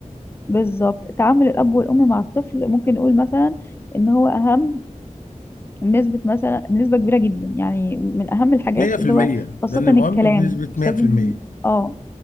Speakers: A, on the left; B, on the left.
A: بالظبط تعامل الأب والأم مع الطفل ممكن نقول مثلا إن هو أهم بنسبة مثلا بنسبة كبيرة جدا يعني من أهم الحاجات
B: مية في
A: اللي
B: المية
A: هو خاصة
B: ده اللي
A: الكلام
B: مهم بنسبة
A: مش
B: مية
A: لازم
B: في المية
A: اه